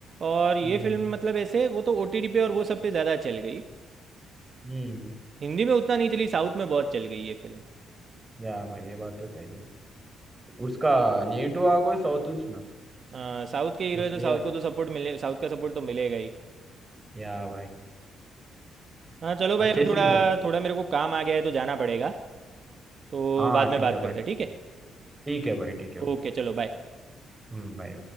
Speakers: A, on the right; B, on the right.
A: और ये
B: हम्म
A: फिल्म मतलब ऐसे वो तो ओ टी टी पे और वो सब पे ज़्यादा चल गई
B: हम्म
A: हिंदी में उतना नहीं चली साउथ में बहुत चल गई ये फिल्म
B: या भाई ये बात तो सही उसका नेटिव आ कोई साउथ ना
A: हाँ साउथ के हीरो
B: उसलिए
A: है तो साउथ को तो सपोर्ट मिले साउथ का सपोर्ट तो मिलेगा ही
B: या भाई
A: हाँ चलो भाई
B: अच्छे
A: अभी
B: से
A: थोड़ा
B: मिले
A: थोड़ा मेरे को काम आ गया है तो जाना पड़ेगा तो
B: हाँ
A: बाद में
B: ठीक
A: बात
B: है भाई
A: करते हैं ठीक है
B: ठीक है भाई ठीक है भाई
A: ओके चलो बाय
B: हम्म भाई